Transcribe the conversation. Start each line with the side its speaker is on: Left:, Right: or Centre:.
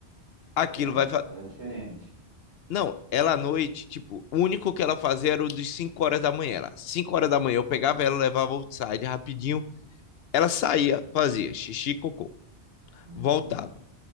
Left: aquilo
Right: é,
Left: vai. fa-
Right: ela é diferente.
Left: Não, ela à noite, tipo, o único que ela fazia era o dos 5 horas da manhã. Ela, 5 horas da manhã, eu pegava ela, levava outside rapidinho, ela saía, fazia xixi, cocô,
Right: Uhum.
Left: voltava.